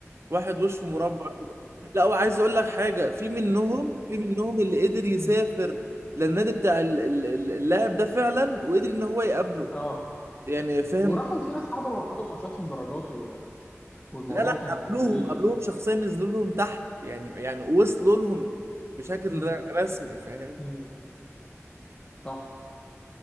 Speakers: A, on the right (about 60°); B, on the left (about 20°).
A: واحد وشه مربع كده لا وعايز اقول لك حاجه في منهم في منهم اللي قدر يسافر
B: مم.
A: للنادي بتاع ال- ال- ال- اللاعب ده فعلا وقدر ان هو يقابله
B: اه
A: يعني فاهم
B: وراحوا في ناس حضروا حضروا ماتشاتهم درجات و... والموضوع
A: لا لا
B: كان
A: قابلوهم
B: كان غريب
A: قابلوهم
B: يعني
A: شخصيا نزلوا لهم تحت يعني يعني وصلوا لهم بشكل
B: مم.
A: ر- رسمي فاهم
B: مم. صح